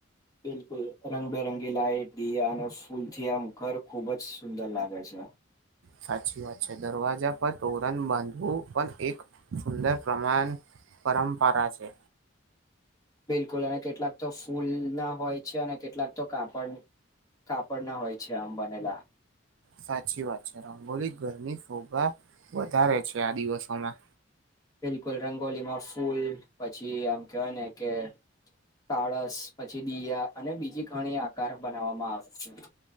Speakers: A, on the left; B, on the right.
A: બિલકુલ, રંગબેરંગી લાઈટ, દિયા અને ફૂલ થી આમ ઘર ખુબ જ સુંદર લાગે છે.
B: સાચી વાત છે, દરવાજા પર તોરણ બાંધવું પણ એક સુંદર પ્રમાન પરંપરા છે.
A: બિલકુલ, અને કેટલાક તો ફૂલ ના હોય છે, અને કેટલાક તો કાપડ કાપડ ના હોય છે, આમ બનેલા.
B: સાચી વાત છે, રંગોલી ઘરમની ફોગા વધારે છે, આ દિવસોમાં.
A: બિલકુલ રંગોલીમાં ફૂલ પછી આમ કેવાય ને, કે કાળસ. પછી દીયા, અને બીજી ઘણી આકાર બનાવવામાં આવે છે.